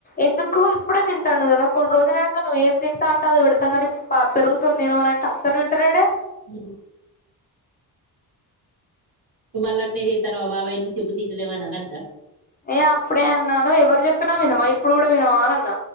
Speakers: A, on the left; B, on the right.
A: ఎందుకు ఇప్పుడే తి తింటాండు గద కొన్ని రోజులఐనక నువ్వు ఏది తింటా అంటె అది పెడ్తం గని ఇప్పుడు పెరుగుతొ నేన్ ఎమన్న అంటె అసల్ వింటలేడే
B: ఊ నువ్ మల్ల అట్లనే చేతనవ బాబాయ్ చెప్తేఇంటలేవ్ అనొద్ద
A: ఏ అప్పుడే అన్నాను. ఎవరు చెప్పిన వినవా ఇప్పుడు గుడ వినవా అని అన్న